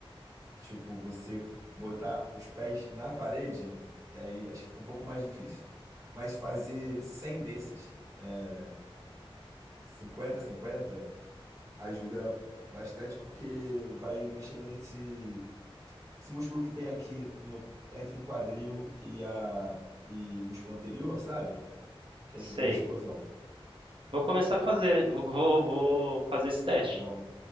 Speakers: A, on the right; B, on the right.
A: Tipo, você botar os pés na parede e aí acho que fica um pouco mais difícil. Mas fazer 100 desses, é, 50 50 ajuda bastante porque vai mexendo nesse Esse músculo que tem aqui no, entre o quadril e, a, e o músculo anterior, sabe? Que
B: sei
A: ajuda na explosão.
B: vou começar a fazer <laughs> vou vou vou fazer esse teste
A: Tá bom?